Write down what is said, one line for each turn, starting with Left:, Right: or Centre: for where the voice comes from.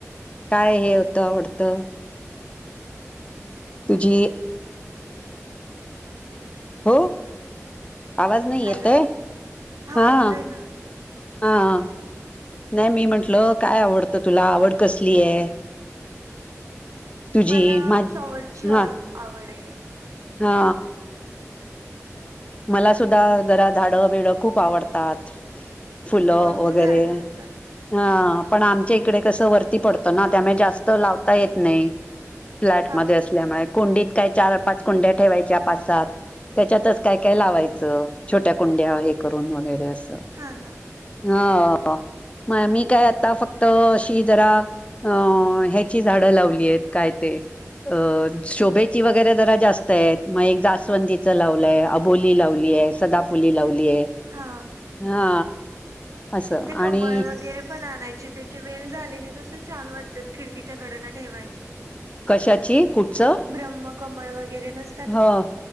Left: काय हे होतं आवडत. तुझी? हो आवाज नाही येतेय
Right: हॅलो
Left: हा.
Right: येतोय ना
Left: हा. नाही मी म्हंटलं काय आवडतं तुला आवड कसली आहे. तुझी
Right: मला
Left: मा
Right: फ्लॉवरची ऑल
Left: हा
Right: आवड आहे.
Left: हा. मला सुद्धा जरा झाडं बिडं खूप आवडतात. फुलं
Right: कोणती
Left: वगैरे
Right: झाडे आवडतात
Left: हा पण आमच्या इकडे कसं वरती पडतो ना त्यामुळे जास्त लावता येत नाही. फ्लॅटमध्येध्ये
Right: हा
Left: असल्यामुळे कुंडीत काय चार पाच कुंड्या ठेवायच्या पाच सात त्याच्यातच काय काय लावायचं छोट्या कुंड्या हे करून वगैरे असं.
Right: हा ना.
Left: हा म मी काय आता फक्त अशी जरा अ ह्याची झाडं लावली आहेत काय ते अ शोभेची वगैरे जरा जास्त मग एक जाासवंदीचं लावलंय अबोली लावलीय सदाफुली लावलीय.
Right: हा.
Left: हा. असं
Right: ते कमळ
Left: आणि
Right: वगैरे पण आणायची त्याचे वेल झाले की कसे छान वाटतात खिडकीच्या कडेन ठेवायचे.
Left: कशाची कुडचं?
Right: ब्रह्म कमळ वगैरे नसते.
Left: हा.